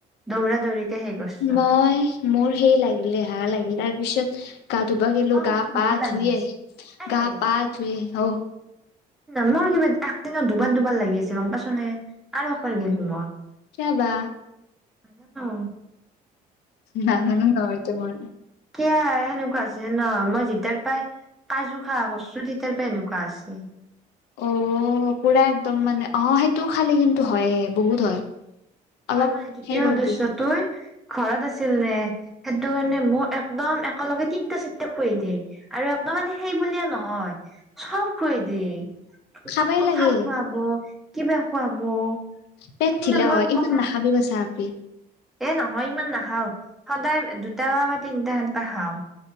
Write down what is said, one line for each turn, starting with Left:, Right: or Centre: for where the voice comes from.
Centre: দৌৰা দৌৰি সেই কৰ্চো
Left: মই মোৰ সেই লাগিল দেহা লাগিল তাৰ পিছত গা ধোৱা গেলো
Centre: অ
Left: গা
Centre: সেইটো মোৰো
Left: পা
Centre: লাগি
Left: ধুই
Centre: আছে
Left: আহি গা
Centre: এ
Left: প ধুই হ
Centre: মোৰ কিবা একদিনত দুবাৰ দুবাৰ লাগি আছে গম পাইছনে আৰু একবাৰ গেলো মই
Left: চাবা
Centre: আহা নাও <unintelligible>
Left: নাজানো নহয় সেইটো মই
Centre: কিয়া সেনেকুৱা আছে ন মই যেতিয়াৰ পাই কাজু খাৱাহ কৰিছো তেতিয়াৰ পাই এনেকুৱা হৈছে
Left: অ পুৰা একদম মানে অ সেইটো খালি কিন্তু হয়ে বহুত হয় অলপ
Centre: আমাৰ মানে দ্বিতীয়
Left: সেই কৰবি
Centre: সদস্য তই ঘৰত আছিল নে সেইটো কাৰণে মোক একদম একেলগে তিনটা চাৰিটা খুৱাই দিয়ে আৰু ন মানে সেই বুলিয়ে নহয় চব খোৱাই দিয়ে
Left: খাবাই
Centre: কঠাল
Left: লাগে
Centre: খুৱাব কিবা খুৱাব
Left: পেট
Centre: সেইদিনা
Left: ঢিলা
Centre: মই
Left: হয় ইমান
Centre: কঁঠাল
Left: নাখাবি কাচা আপি
Centre: এ নহয় ইমান নাখাওঁ সদায় দুটা বা তিনিটা সেনকা খাওঁ